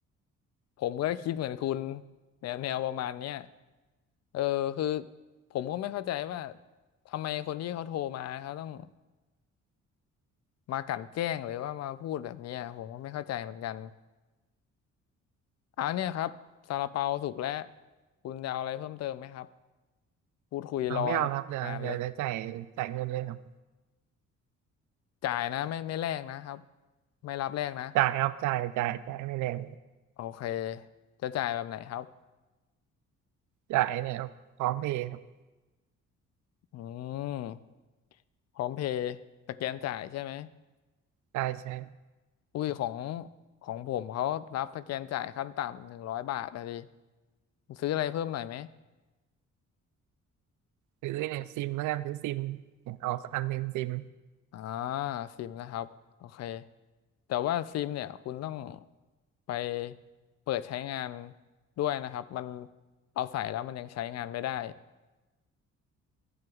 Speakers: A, on the left (about 60°); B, on the right (about 75°).
A: ผมก็คิดเหมือนคุณแนวแนวประมาณเนี้ยเออคือผมก็ไม่เข้าใจว่าทำไมคนที่เขาโทรมาเขาต้องมากลั่นแกล้งหรือว่ามาพูดแบบเนี้ยผมก็ไม่เข้าใจเหมือนกันเอาเนี่ยครับซาลาเปาสุกแล้วคุณจะเอาอะไรเพิ่มเติมไหมครับพูดคุยรอ
B: อ่าไม่เอาครับเดี๋ยวเดี๋ยวเดี๋ยวจ่ายจ่ายเงินเลยครับ
A: นานเลยจ่ายนะไม่ไม่แลกนะครับไม่รับแลกนะ
B: จ่ายครับจ่ายจ่ายจ่ายไม่แรง
A: โอเค จะจ่ายแบบไหนครับ
B: จ่ายเนี่ยพร้อมเพย์ครับ
A: อืม พร้อมเพย์สแกนจ่ายใช่ไหม
B: จ่ายใช้
A: อุ้ยของของผมเขารับสแกนจ่ายขั้นต่ำหนึ่งร้อยบาทอะดิคุณซื้ออะไรเพิ่มหน่อยไหม
B: ซื้อเนี่ยซิมแล้วกันซื้อซิมเนี่ยเอาอันหนึ่งซิม
A: อ่าซิมนะครับ โอเค แต่ว่าซิมเนี่ยคุณต้องไปเปิดใช้งานด้วยนะครับ มันเอาใส่แล้วมันยังใช้งานไม่ได้